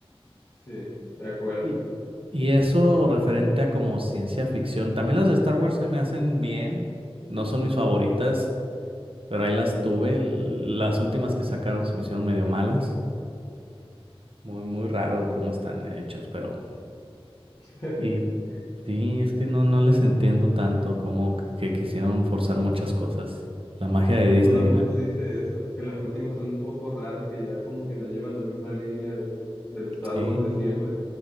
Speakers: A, on the left; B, on the right.
A: Sí, de acuerdo.
B: Y, y eso referente a como ciencia ficción, también las de Star Wars se me hacen bien, no son mis favoritas, pero ahí las tuve, las últimas que sacaron se me hicieron medio malas. Muy, muy raro cómo están hechas, pero
A: <laughs>
B: Y sí, es que no, no les entiendo tanto como que, que quisieron forzar muchas cosas. La magia de Disney.
A: Todo el mundo
B: ah,
A: dice eso, que las últimas son un poco raras, que ya como que no llevan la misma línea de, del Star
B: Sí,
A: Wars de siempre.